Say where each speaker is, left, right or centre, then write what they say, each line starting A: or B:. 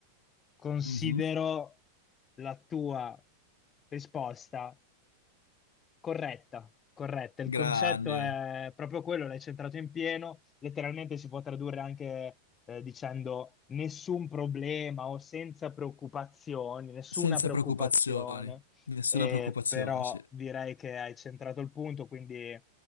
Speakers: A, on the left (about 25°); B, on the left (about 70°).
A: considero
B: Mhm.
A: la tua risposta Corretta, corretta. Il concetto
B: Grande.
A: è proprio quello, l'hai centrato in pieno. Letteralmente si può tradurre anche eh, dicendo nessun problema o senza preoccupazioni, nessuna
B: Senza
A: preoccupazione.
B: preoccupazioni, nessuna
A: Eh,
B: preoccupazione,
A: però
B: sì.
A: direi che hai centrato il punto, quindi